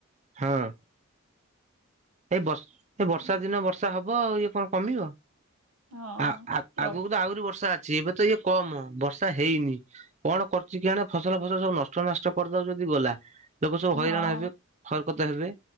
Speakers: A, on the right (about 30°); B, on the right (about 80°).
A: ହଁ ଏଇ ବ ଏଇ ବର୍ଷା ଦିନ ବର୍ଷା ବର୍ଷା ହବ ଆଉ ଇଏ କଣ କମିବ
B: ହଁ।
A: ଆ
B: ଲକ୍
A: ଆଗକୁ ତ ଆହୁରି ବର୍ଷା ଅଛି ଏବେ ତ ଇଏ କମ ବର୍ଷା ହେଇନି। କଣ କରୁଛି କି ଆଣେ ଫସଲ ଫସଲ ସବୁ ନଷ୍ଟ ନଷ୍ଟ କରିଦଉ ଯଦି ଗଲା। ଲୋକ ସବୁ ହଇରାଣ
B: ହଁ
A: ହେବେ ହରକତ ହେବେ।